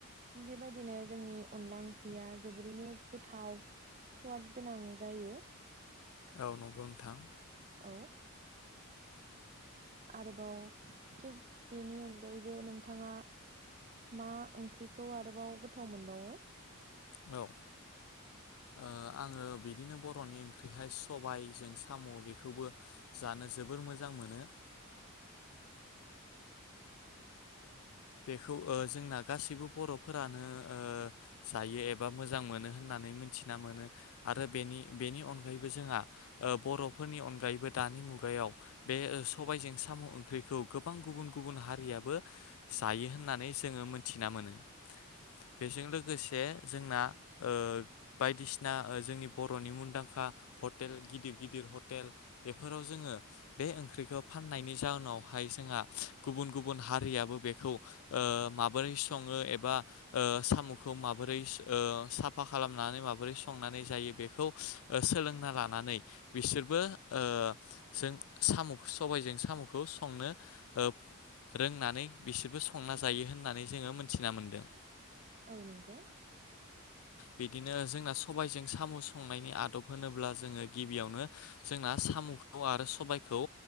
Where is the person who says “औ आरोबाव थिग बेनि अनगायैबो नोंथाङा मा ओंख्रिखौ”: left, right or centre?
Right